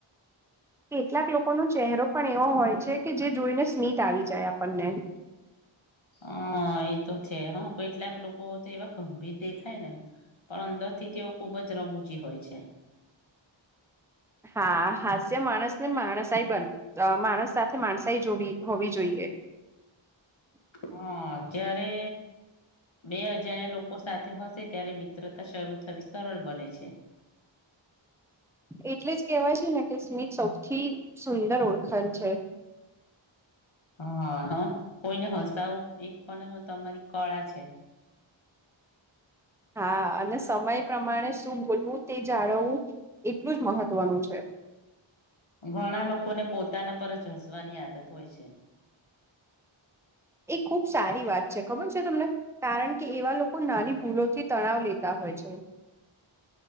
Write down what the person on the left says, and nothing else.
હ એતો છે હા કેટલાક લોકો તો એવા ગંભીર દેખાય ને પણ અંદર થી તેઓ ખુબ જ રમૂજી હોય છે
હા અત્યારે બે અજાણ્યા લોકો સાથે હશે ત્યારે મિત્રતા શરૂ થવી સરળ બને છે
હ હ કોઈને હસાવું એક પણ તમારી કળા છે
ઘણા લોકોને પોતાના પર જ હસવાની આદત હોય છે